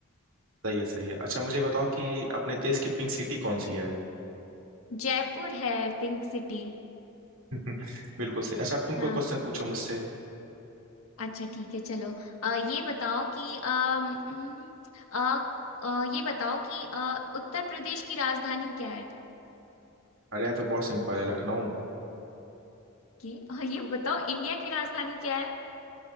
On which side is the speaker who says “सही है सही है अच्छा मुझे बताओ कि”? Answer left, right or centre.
Right